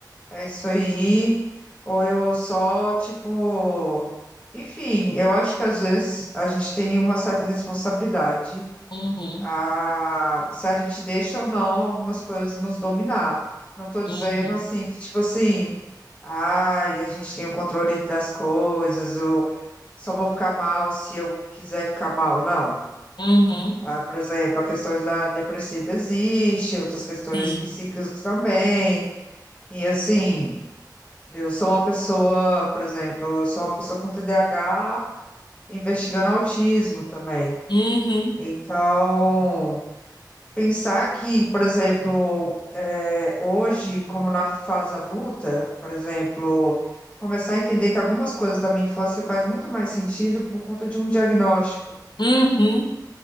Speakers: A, on the left (about 15°); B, on the left (about 75°).
A: é isso aí. Ou eu só, tipo. Enfim, eu acho que às vezes a gente tem uma certa responsabilidade
B: uhum,
A: a- se a gente deixa ou não algumas coisas nos dominar. Não estou dizendo
B: uhum,
A: assim que, tipo assim, ai, a gente tem o controle das coisas, ou só vou ficar mal se eu quiser ficar mal, não.
B: uhum,
A: Ah, por exemplo, a questão da depressiva existe, outras questões
B: sim.
A: psíquicas também. E assim, eu sou uma pessoa, por exemplo, eu sou uma pessoa com TDAH investigando autismo também.
B: Uhum,
A: Então, Pensar que, por exemplo, eh, hoje, como na fase adulta, por exemplo, começar a entender que algumas coisas da minha infância faz muito mais sentido por conta de um diagnóstico.
B: uhum,